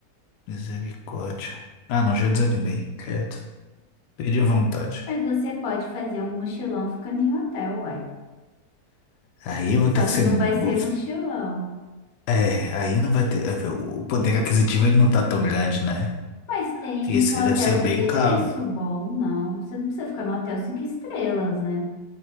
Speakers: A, on the left (about 85°); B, on the left (about 65°).
A: misericórdia. Ah, não, já desanimei. Credo. Perdi a vontade.
B: Mas você pode fazer um mochilão ficando em hotel, ué.
A: Aí eu vou
B: Só
A: ter que
B: que
A: ser.
B: não vai ser
A: vou-
B: mochilão.
A: É, aí não vai ter. é, O poder aquisitivo ele não tá tão grande, né?
B: Mas tem
A: Isso
B: hotel
A: aí deve ser bem
B: que tem
A: caro.
B: preço bom, não. Você não precisa ficar no hotel cinco estrelas, né?